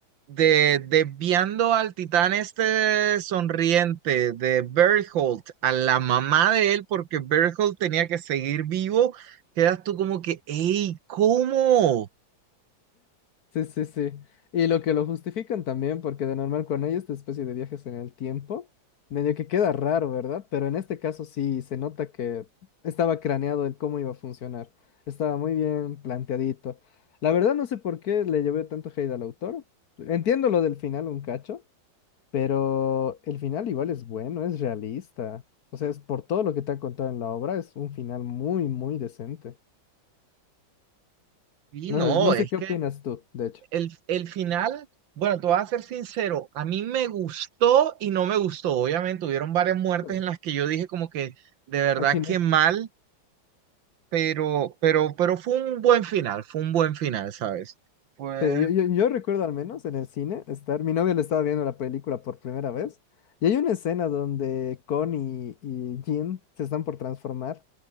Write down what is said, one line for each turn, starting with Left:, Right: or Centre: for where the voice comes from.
Right: de, desviando al titán este sonriente de Bertholdt, a la mamá de él, porque Bertholdt tenía que seguir vivo, quedas tú como que, ¡ey, cómo!
Left: Sí, sí, sí. Y lo que lo justifican también, porque de normal cuando hay esta especie de viajes en el tiempo, medio que queda raro, ¿verdad? Pero en este caso sí se nota que estaba craneado el cómo iba a funcionar. Estaba muy bien planteadito. La verdad no sé por qué le llevé tanto hate al autor. Entiendo lo del final un cacho, pero el final igual es bueno, es realista. O sea, es por todo lo que te han contado en la obra, es un final muy, muy decente.
Right: Y no,
Left: No sé, no
Right: es
Left: sé qué
Right: que
Left: opinas tú, de hecho.
Right: El, el final, bueno, te voy a ser sincero, a mí me gustó y no me gustó. Obviamente, hubieron varias muertes
Left: Sí.
Right: en las que yo dije como que de verdad
Left: Aquí
Right: que
Left: no.
Right: mal, pero, pero, pero fue un buen final, fue un buen final, ¿sabes? Pues,
Left: Sí, yo, yo, yo recuerdo al menos en el cine estar, mi novio le estaba viendo la película por primera vez y hay una escena donde Connie y Jim se están por transformar